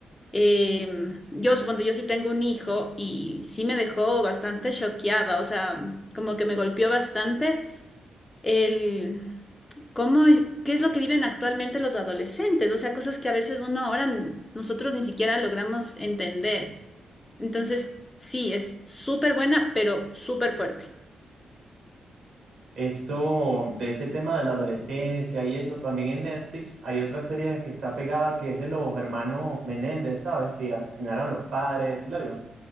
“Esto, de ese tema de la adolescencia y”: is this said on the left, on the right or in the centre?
Right